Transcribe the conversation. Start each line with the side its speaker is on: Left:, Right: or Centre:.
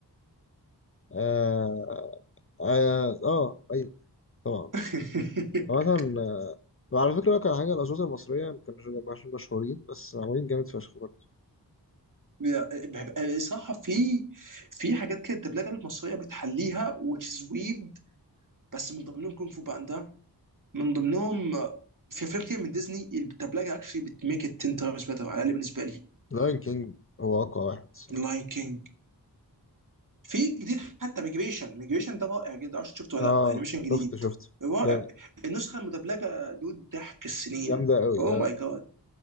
Left: اه اه آه، ايوه طبعا
Right: <laughs>
Left: مثلا وعلى فكره كان حاجه الاشواط المصريه ما كانوش مش مشهورين بس معمولين جامد فشخ برضه
Right: لا، بحب- الصراحه في في حاجات كده الدبلجه المصريه بتحليها which is weird بس من ضمنهم كونغ فو باندا من ضمنهم آه، في افلام كتير من ديزني الدبلجه اكشلي بتميك ات 10 times better على الاقل بالنسبه لي
Left: لاين كينج هو اقوى واحد الصراحه
Right: لاين كينج في جديد حتى ميجريشن ميجريشن ده رائع جدا عشان شفته ولا
Left: اه
Right: لا انيميشن جديد
Left: شفت شفت
Right: رائع
Left: جامد
Right: النسخه المدبلجه دود ضحك السنين
Left: جامده قوي
Right: اوه
Left: اه
Right: ماي جاد